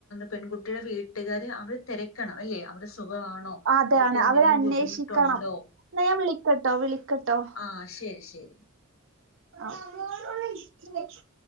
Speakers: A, on the left; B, on the right.
A: പെൺകുട്ടിടെ വീട്ടുകാർ അവടെ തിരക്കണം അല്ലെ അവിടെ സു ഖവാണോ
B: അതാണ്
A: അവക്ക് എന്തെങ്കിലും
B: അവരന്വേഷിക്കണം.
A: ബുദ്ധിമുട്ടുണ്ടോ
B: എന്നാ ഞാൻ വിളിക്കട്ടോ വിളിക്കട്ടോ.
A: ആ ശരി ശരി
B: ആ <unintelligible>